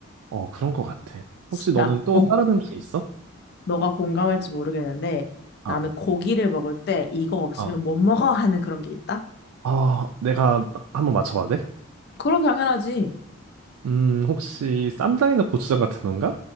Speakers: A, on the right; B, on the left.
A: 어, 그런 거 같아. 혹시
B: 나,
A: 너는 또
B: 어,
A: 다른 음식 있어?
B: 너가 공감할지 모르겠는데
A: 아,
B: 나는 고기를 먹을 때 이거 없으면
A: 어.
B: 못 먹어 하는 그런 게 있다?
A: 어, 내가 한번 맞춰봐도 돼?
B: 그럼 당연하지.
A: 음, 혹시 쌈장이나 고추장 같은 건가?